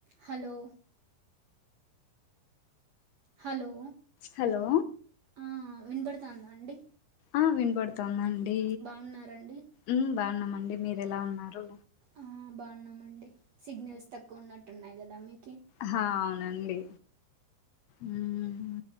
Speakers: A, on the right; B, on the left.
A: Hello hello
B: hello
A: ఆ వినపడుతాందా అండి.
B: ఆ వినపడుతోంది అండి
A: బాగున్నారండి
B: ఉం బాగున్నామండి మీరు ఎలా ఉన్నారు.
A: ఆ, బాగున్నామండి. సిగ్నల్స్ తక్కువ ఉన్నట్టు ఉన్నాయి కదా అమ్మి
B: హా అవును. రండి ఉమ్మ్